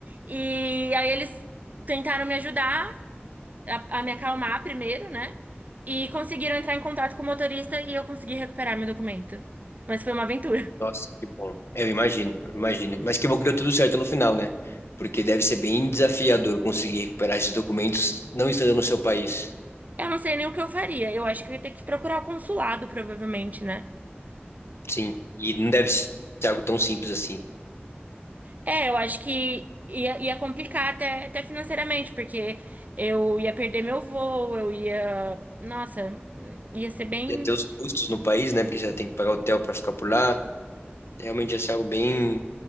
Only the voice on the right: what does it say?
E aí, eles tentaram me ajudar a, a me acalmar primeiro, né? E conseguiram entrar em contato com o motorista e eu consegui recuperar meu documento. Mas foi uma aventura.
Eu não sei nem o que eu faria. Eu acho que eu ia ter que procurar o consulado, provavelmente, né?
É, eu acho que ia, ia complicar até, até financeiramente, porque eu ia perder meu voo, eu ia. Nossa, ia ser bem.